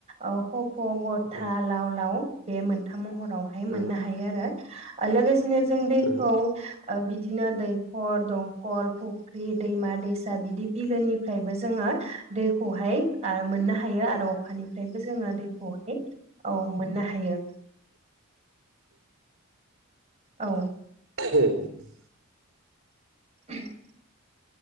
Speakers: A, on the right (about 30°); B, on the right (about 65°).
A: ओ ख फ गथा
B: औ
A: लाव लाव बे मोनथाम महर रावहाय मोननो
B: औ
A: हायो आरो आललागोस दिनो जों दैखौ
B: औ
A: ओ बि दिनो दैखर दंखल फुख्रि दैमा दैसा बिदि बिलोनिफ्रायबो जोङो दैखौहाय मोननो हायो आरो अ अखानिफ्रायबो जोंना दैखौहाय औ मोननो हायो औ
B: <unintelligible>
A: <unintelligible>